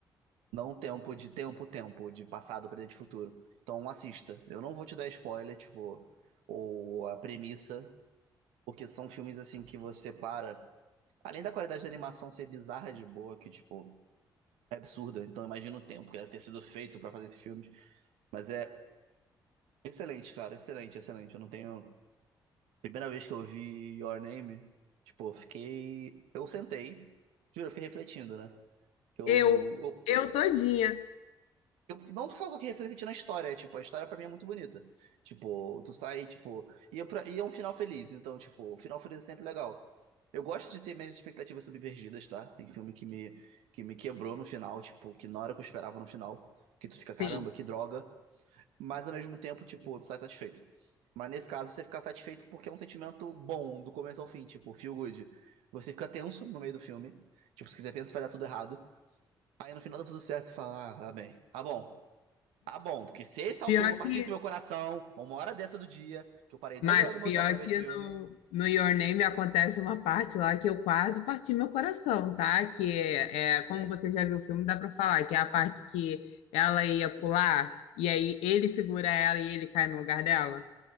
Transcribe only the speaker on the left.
eu,
eu todinha.
Sim.
Pior
que,
mas
pior
que
no, no Your Name acontece uma parte lá que eu quase parti meu coração, tá? Que é, é, como você já viu o filme, dá pra falar, que é a parte que ela ia pular e aí ele segura ela e ele cai no lugar dela.